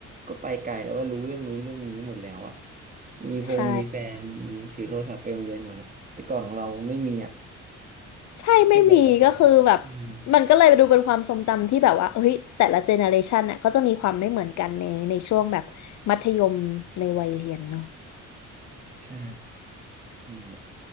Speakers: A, on the right (about 25°); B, on the left (about 65°).
A: ก็ไปไกลแล้วว่ารู้เรื่องนู้นเรื่องนี้หมดแล้วอ่ะมีฟงมีแฟน
B: ใช่
A: ถือโทรศัพท์ไปโรงเรียนหมดแล้วแต่ก่อนของเราไม่มีอ่ะ <laughs>
B: ใช่ไม่มีก็คือแบบ
A: แค่แบกกระเป๋าอืม
B: มันก็เลยดูเป็นความทรงจำที่แบบว่าเฮ้ยแต่ละเจเนอเรชันน่ะก็จะมีความไม่เหมือนกันในในช่วงแบบมัธยมในวัยเรียนเนาะ
A: ใช่นั่นแหละ